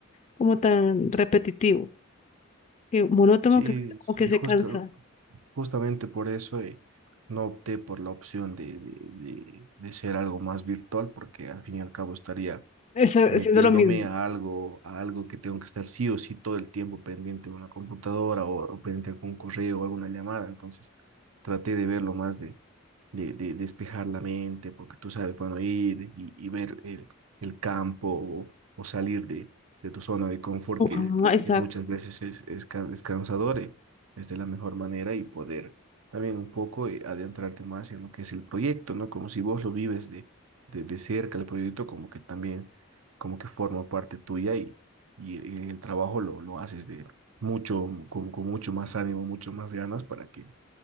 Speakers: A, on the left; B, on the right.
A: como tan repetitivo que monótono
B: Sí,
A: que como
B: sí,
A: que se
B: justo,
A: cansa
B: Justamente por eso eh, no opté por la opción de, de, de- de ser algo más virtual, porque al fin y al cabo estaría
A: esa-
B: metiéndome
A: haciendo lo mismo.
B: a algo, a algo que tengo que estar sí o sí todo el tiempo pendiente de una computadora o, o pendiente de algún correo o alguna llamada. Entonces traté de verlo más de, de despejar la mente, porque tú sabes, bueno, ir y, y ver el, el campo o, o salir de, de tu zona de confort,
A: Ajá,
B: que, que,
A: exacto.
B: que muchas veces es, es, ca- es cansador, eh, es de la mejor manera y poder también un poco eh, adentrarte más en lo que es el proyecto, ¿no? Como si vos lo vives de, de, de cerca, el proyecto como que también, como que forma parte tuya y, y el, el trabajo lo, lo haces de mucho, con, con mucho más ánimo, mucho más ganas para que